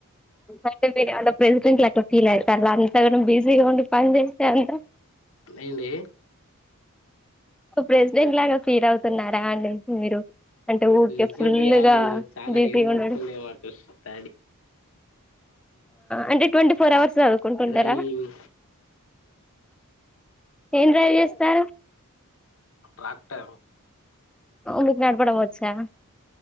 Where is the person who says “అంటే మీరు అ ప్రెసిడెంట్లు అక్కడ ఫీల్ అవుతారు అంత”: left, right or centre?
Centre